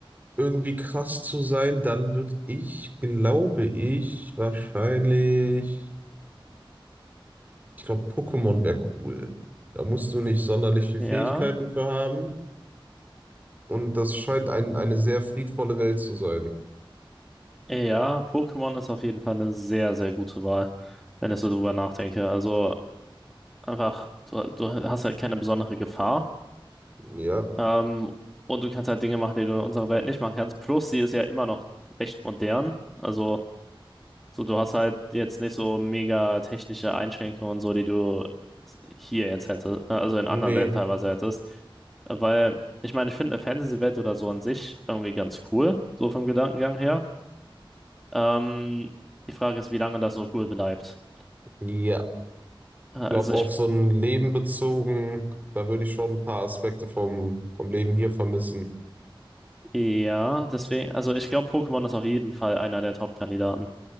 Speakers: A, on the right; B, in the centre.
A: irgendwie krass zu sein, dann würde ich, glaube ich, wahrscheinlich, ich glaube, Pokémon wäre cool. Da musst du nicht sonderlich viele
B: ja.
A: Fähigkeiten für haben. Und das scheint ein, eine sehr friedvolle Welt zu sein.
B: Ja, Pokémon ist auf jeden Fall eine sehr, sehr gute Wahl, wenn ich so drüber nachdenke. Also einfach, du, du hast halt keine besondere Gefahr.
A: Ja.
B: Ähm, und du kannst halt Dinge machen, die du in unserer Welt nicht machen kannst. Plus, sie ist ja immer noch recht modern. Also, so du hast halt jetzt nicht so mega technische Einschränkungen und so, die du hier jetzt hättest, äh, also in
A: Nee.
B: anderen Welten teilweise hättest. Weil, ich meine, ich finde eine Fantasy-Welt oder so an sich irgendwie ganz cool, so vom Gedankengang her. Ähm, die Frage ist, wie lange das so cool bleibt.
A: Ja.
B: Äh,
A: Ich
B: Also
A: glaube,
B: ich,
A: auf so ein Leben bezogen, da würde ich schon ein paar Aspekte vom, vom Leben hier vermissen. <laughs>
B: ja, deswegen, also ich glaube, Pokémon ist auf jeden Fall einer der Top-Kandidaten.